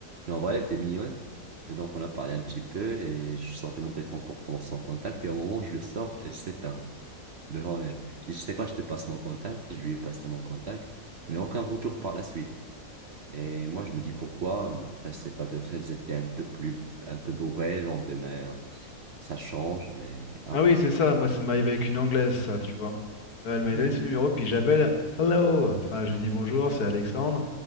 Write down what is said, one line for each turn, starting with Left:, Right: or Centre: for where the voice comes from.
Right: Mais en vrai, elle était mignonne. Et donc, on a parlé un petit peu et je sortais mon téléphone pour prendre son contact. Et au moment où je le sors, elle s'éteint devant les. Je dis, tu sais quoi, je te passe mon contact. Je lui ai passé mon contact, mais aucun retour par la suite. Et moi, je me dis pourquoi. Mais Après, c'est pas peut-être elles étaient un peu plus, un peu bourrées le lendemain. hein. Ça change, mais à
Left: Ah
Right: voir.
Left: oui, c'est ça, moi ça m'arrive avec une Anglaise, ça, tu vois. Euh, elle m'a
Right: Mhm.
Left: donné son numéro, puis j'appelle Hello! Enfin, je lui dis bonjour, c'est Alexandre.